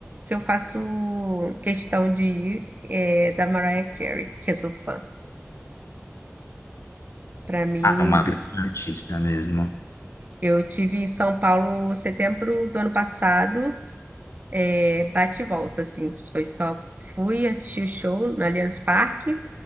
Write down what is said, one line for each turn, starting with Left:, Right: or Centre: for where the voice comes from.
Right: que eu faço questão de ir, é, da Mariah Carey, que eu sou fã. Para mim,
Left: Ah, uma grande artista mesmo.
Right: eu tive em São Paulo setembro do ano passado, é, bate e volta, assim, foi só fui assistir o show no Allianz Parque